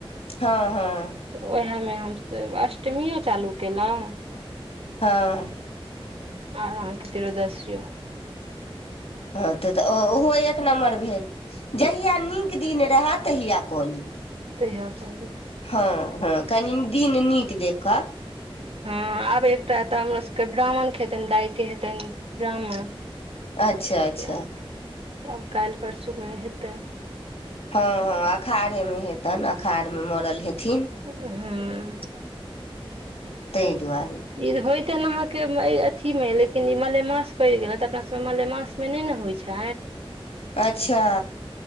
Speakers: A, on the left; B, on the right.
A: हँ हँ
B: वैहेमे हमसभ अष्टमियो चालू केलहुँ।
A: हँ
B: आओर अहाँके तेरोदशियो।
A: हँ त तऽ ओहो एक नम्बर भेल जहिया नीक दिन रहे तहिया कऽ ली
B: तऽए कही
A: हँ हँ कनी दिन नीक देखऽ
B: हँ आब एकटा तऽ हमर सबके ब्राह्मण खेतन दाइ के हेतनि ब्राह्मण
A: अच्छा
B: त
A: अच्छा
B: तब काल्हि परसूमे हेतै
A: हँ हँ अखाढ़े मे हेतनि अखाढ़ मे मरल हेथिन
B: हँ
A: ताहि दुआरे
B: ई होयते ने अहाँके अथी मे लेकिन ई मलेमास पड़ि गेल त अपना सबमे मलेमास नहि ने होइ छ त
A: अच्छा